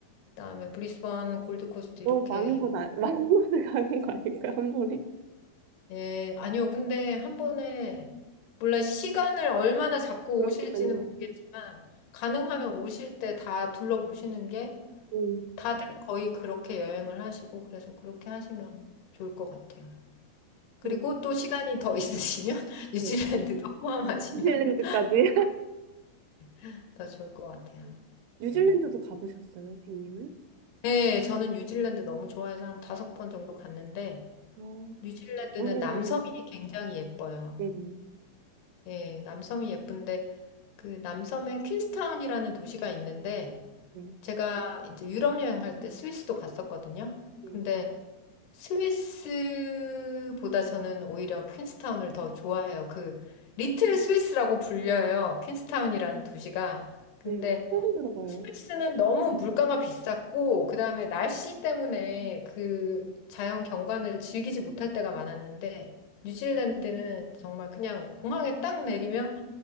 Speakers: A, on the left; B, on the right.
A: 그다음에 브리스번, 골드코스트
B: 너무
A: 이렇게
B: 많은 곳, 아- <laughs> 많은 곳을 가는 거 아닐까, 한 번에?
A: 예, 아니요. 근데 한 번에, 몰라, 시간을 얼마나 잡고
B: 그러니까요.
A: 오실지는 모르겠지만, 가능하면 오실 때 다 둘러보시는 게,
B: 음,
A: 다들 거의 그렇게 여행을 하시고, 그래서 그렇게 하시면 좋을 것 같아요. 그리고
B: 음,
A: 또 시간이 더 있으시면, <laughs> 뉴질랜드도
B: 네.
A: 포함하시면
B: 뉴질랜드까지.
A: <laughs> 더 좋을 것 같아요.
B: <laughs> 뉴질랜드도
A: 예.
B: 가보셨어요, 빈님은?
A: 네, 저는 뉴질랜드 너무 좋아해서 한 다섯 번 정도 갔는데,
B: 아,
A: 뉴질랜드는
B: 여행으로.
A: 남섬이 굉장히 예뻐요.
B: 네네.
A: 예, 남섬이 예쁜데 그 남섬에 퀸스타운이라는 도시가 있는데
B: 네,
A: 제가 이제 유럽 여행할 때 스위스도 갔었거든요.
B: 네.
A: 근데 스위스보다 저는 오히려 퀸스타운을 더 좋아해요. 그 리틀 스위스라고 불려요. 퀸스타운이라는 도시가. 근데
B: 네, 처음 들어봐요.
A: 스위스는 너무 물가가 비쌌고 그다음에 날씨 때문에 그 자연 경관을 즐기지 못할 때가 많았는데 뉴질랜드는 정말 그냥 공항에 딱 내리면